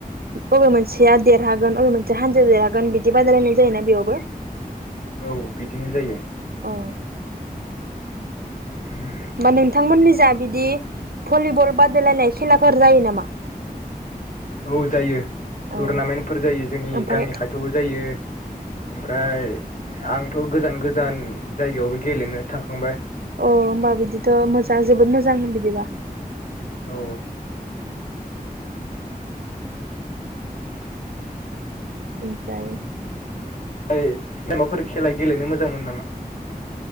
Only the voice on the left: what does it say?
औ बिदिनो जायो।
<inaudible>
औ जायो
टुरनामेन्टफोर जायो जोंनि
गामि खाथियावबो जायो ओमफाय <unintelligible> आंथ गोजान गोजान जायगायावबो गेलेनो थांखांबाय।
औ
<unintelligible> माफोर खेला गेलेनो मोजां मोनो नामा?